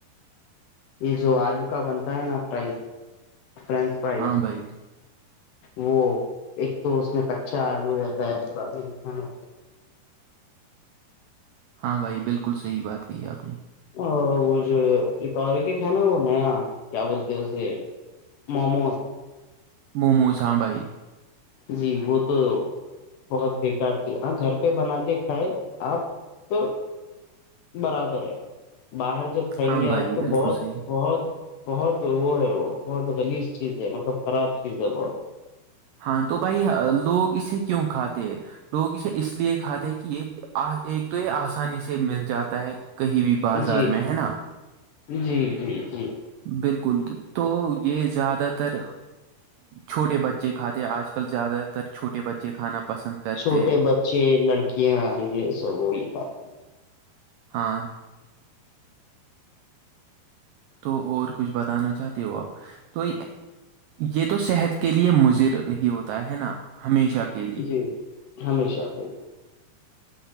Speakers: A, on the left; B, on the right.
A: یہ جو آلو کا بنتا ہے نا فز فرینچ فز
B: ہاں بھائی
A: وہ ایک تو اس میں کچا آلو رہتا ہے پانا
B: ہاں بھائی بالکل صحیح بات کہی آپ نے
A: اور وہ جو اتارے کے نا وہ نیا کیا بولتے اسے مموز
B: موومو سانبائی
A: جی وہ تو بہت بیکار تھی ہ گھر پہ بنا کے کھائے آپ تو برابر ہے باہر جب کھائیں
B: ہاں
A: گے
B: بھائی
A: آپ تو
B: بالکل
A: بہت
B: صحیح
A: بہت بہت وہ ہے وہ بہت خلیس چیز ہے مطلب خراب چیز ہے بہت
B: ہاں تو بھائی لوگ اسے کیوں کھاتے ہیں لوگ اسے اس لیے کھاتے ہیں کہ یہ ایک تو یہ آسانی سے مل جاتا ہے کہیں بھی بازار
A: جی
B: میں ہے نا
A: جی جی جی
B: بالکل تو یہ زیادہ تر چھوٹے بچے کھاتے آج کل زیادہ ا تر چھوٹے بچے کھانا پسند کرتے
A: چھوٹے
B: ہیں
A: بچے لڑکیاں یہ سب وہی کھاتے
B: ہاں تو اور کچھ بتانا چاہتے ہو آپ تو یہ تو صحت کے لیے مضر ہی ہوتا ہے نا <unintelligible> کے لیے
A: جی ہمیشہ کویے